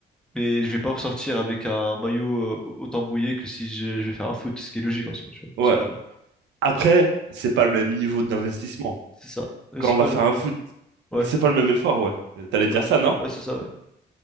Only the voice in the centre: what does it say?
mais je vais pas ressortir avec un maillot euh, au- autant mouillé que si je, je vais faire un foot, ce qui est logique en soi, tu vois.
C'est pas le-
C'est ça. Euh,
C'est
pas
le-
Ouais.
C'est
pas le-
Ouais, c'est ça, ouais.